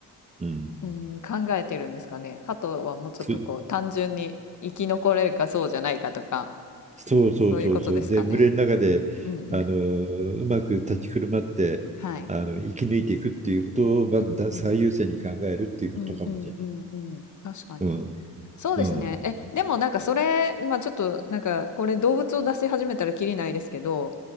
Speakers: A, on the right; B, on the left.
A: うん、
B: うーん、考えてるんですかね。鳩はもうちょっとこう、
A: そ
B: 単純に生き残れるかそうじゃないかとか、
A: そうそうそうそう。
B: そういうことですかね。
A: で、群れの中で、
B: うんうん。
A: あのうまく立ち振る舞って、
B: はい。
A: あの、生き抜いていくっていうことを、まずだ最優先に考えるっていうことかもしれない。
B: うんうん。うんうんうんうん。確かに。
A: うん。
B: そうですね。
A: うん。
B: え、でもなんかそれ、まあちょっとなんかこれ動物を出し始めたらきりないですけど、